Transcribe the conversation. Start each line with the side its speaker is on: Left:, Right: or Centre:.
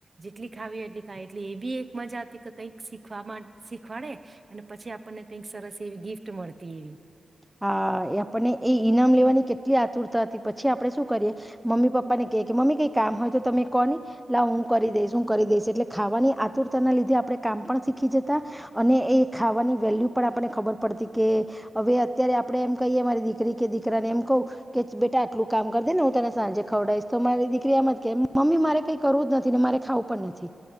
Right: જેટલી ખાવી હો એટલી ખાવ એટ એ બી મજાતી કે કઈક શીખ શીખવાડે અને પછી આપણને કઈક સરસ એવી ગિફ્ટ મળતી એવી
Centre: હા એ આપને એ ઈનામ લેવાની કેટ આટલી આતુરતા હતી પછી આપણે શું કરીએ મમ્મી પપ્પાને કહીએ કે મમ્મી કંઈ કામ હોય તો તમે કહોહી લાવ હું કરી દઈશ હું કરી દઈશ એટલે ખાવાની આતુરતાના લીધે આપણે કામ પણ શીખી જતા અને એ ખાવાની વેલ્યુ પણ આપણને ખબર પડતી કે હવે ત્યારે આપડે એમ કહીએ મારી દીકરી કે દીકરાને એમ કહું કે બેટા આટલું કામ કર દે ને હું તને સાંજે ખવડાવશ તો મારી દીકરી એમ જ કે મમ્મી મારે કઈ કરવું જ નથી ને મારે ખાવું પણ નથી